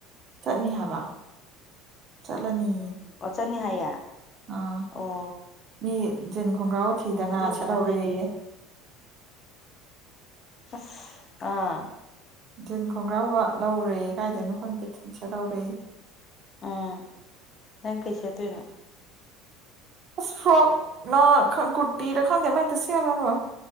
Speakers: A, on the right; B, on the left.
A: ꯆꯠꯅꯤ ꯍꯥꯏꯕ ꯆꯠꯂꯅꯤ
B: ꯑꯣ ꯆꯠꯅꯤ ꯍꯥꯏꯌꯦ
A: ꯑꯥ
B: ꯑꯣ
A: ꯃꯤ ꯖꯤꯟ ꯈꯣꯡꯒ꯭ꯔꯥꯎ ꯊꯤꯗꯅ
B: ꯑꯣ ꯑꯗꯨ ꯑꯣꯏꯇꯥꯔꯗꯤ
A: ꯁꯦꯠꯍꯧꯔꯌꯦ
B: ꯑꯁ ꯑꯥ
A: ꯖꯤꯟ ꯈꯣꯡꯒ꯭ꯔꯥꯥꯎꯒ ꯂꯧꯔꯦ ꯀꯥꯏꯗꯅꯣ ꯈꯪꯗꯦ ꯖꯤꯟ ꯁꯦꯠ ꯂꯧꯔꯦꯌꯦ
B: ꯎꯝ ꯅꯪ ꯀꯩ ꯁꯦꯠꯇꯣꯏꯅꯣ
A: ꯑꯁ ꯐ꯭ꯂꫭꯛꯂꯥ ꯈꯪ ꯀꯨꯇꯤꯔ ꯈꯪꯗꯦ ꯑꯃ ꯍꯦꯛꯇ ꯁꯦꯠꯂ ꯂꫭꯏꯔꯦ